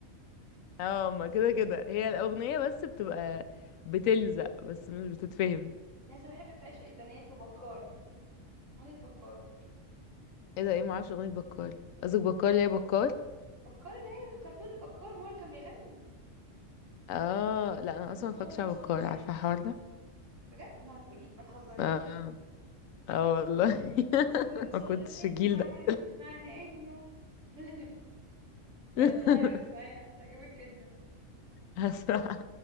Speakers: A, on the left (about 85°); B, on the right (about 70°).
A: <laughs> اه ما كده كده هي الاغنيه بس بتبقى بتلزق بس مش بتتفهم
B: يعني أنا بحب في عشق البنات وبكار اغنيه بكار
A: ايه ده ايه معرفش اغنية بكال قصدك بكال اللي هي بكال
B: بكار اللي هي الكرتون البكار ما هو اللي كان بيغني
A: اه لا انا
B: من
A: اصلا
B: صغره
A: ما اتفرجتش على
B: صغر
A: بكال
B: سنه
A: عارفة الحوار ده
B: بجد ما تقولي ما تهزريش
A: اه اه والله <laughs>
B: من صغره
A: ما
B: صغر
A: كنتش
B: سنه
A: الجيل
B: عارف
A: ده
B: معنى انه <laughs>
A: <laughs>
B: دي حلوه اسمعيها تعجبك جدا
A: هسمع